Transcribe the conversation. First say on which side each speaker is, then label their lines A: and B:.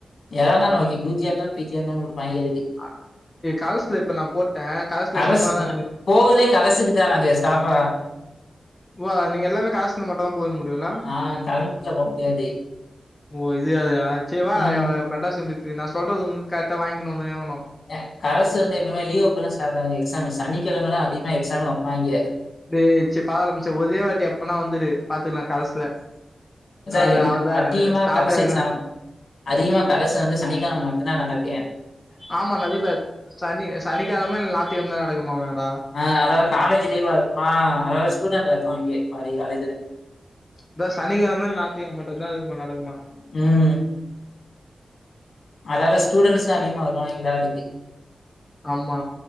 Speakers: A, on the left; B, on the left.
A: ஏத இருந்தாலூ ஓகோ யூ ஜி தா பிஆ தா குடுப்பாங்கே இதுக்கு
B: ஆ ஏ கரஸ்சுல இப்ப நா போட்ட கரல்சுல
A: கரஸ்
B: சும்மாதா
A: நா போகலே கரஸுக்கு தான் நாங்க ஸ்டாஃபா
B: வா நீங்க எல்லாமே கரஸ்ல மட்டுதா போக முடியுல
A: ஆ கரஸ்ல போ முடியாது.
B: ஓ இது அதையா சரிவா
A: ம்.
B: மெட்டாச வந்துண்டு நா சொல்றது கரெக்டா வாங்கினு வந் ஆமா
A: ஏ கரஸ்ல தெரியுமா லீவ் அப்போ தா ஸ்டார்ட் ஆகு எக்ஸாமு சனிக்கெழம த அதிகமா எக்ஸாம் வெப்பாய்ங்க
B: டேய் செரி பராவால மச்சா ஒரே வாட்டி எப்பனா வந்துரு பாத்துக்கலா கரெஸ்ல
A: அதான்
B: கால்ல
A: எல்
B: அவதா
A: அதிகமா
B: ஸ்டாப்பிட்
A: கரஸ் எக்ஸாம் அதிகமா கரஸ்சுல வந்து சனிக்கெலம மட்டுதா நடக்குமே
B: ஆமா நரிய பேக் சனி சனிக்கெழம இல் நாத்திக்கெளம தா நடக்குமா மேடோ
A: ஆ அதாவது காலேஜ் லீவா இருக்குமா அதாவது ஸ்டூடெண்ட் எத்துவாய்ங்க பாதி காலேஜ்ல
B: அதா சனிக்கெழம நாத்திக்கெழம மட்டுதா அது நடக்குமா
A: ம் அதால ஸ்டூடெண்ட்ஸ்தா அதிகமா வருவாங்க எல்லாளுக்கு
B: ஆமா